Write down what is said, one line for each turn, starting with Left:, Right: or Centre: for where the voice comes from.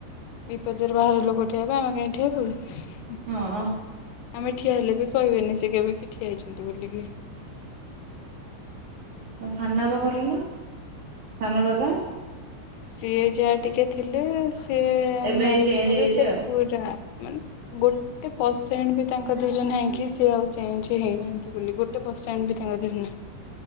Left: ବିପଦରେ ବାହାରେ ଲୋକ ଠିଆ ହେବେ ଆମେ କାଇଁ ଠିଆ ହବୁ।
Right: ହଁ।
Left: ଆମେ ଠିଆ ହେଲେ ବି କହିବେନି ସେ କେବେ କିି ଠିଆ ହେଇଛନ୍ତି ବୋଲିକି।
Right: ତମ ସାନ ଆବା ଭଲ ନୁହଁ ସାନ ଦାଦା?
Left: ସିଏ ଯାହା ଟିକେ ଥିଲେ ସିଏ
Right: ଏବେ
Left: ମ୍ୟାରେଜ
Right: ଚେଞ୍ଜ
Left: ପରେ
Right: ହେଇଯାଇଛି
Left: ସେ
Right: ଆଉ।
Left: ପୁରା ମାନେ ଗୋ ଟେ ପରସେଣ୍ଟ ବି ତାଙ୍କ ଦେହରେ ନାହିଁ କି ସିଏ ଆଉ ଚେଞ୍ଚ ହେଇନାହାନ୍ତି ବୋଲି ଗୋଟେ ପରସେଣ୍ଟ ବି ତାଙ୍କ ଦେହରେ ନାହିଁ।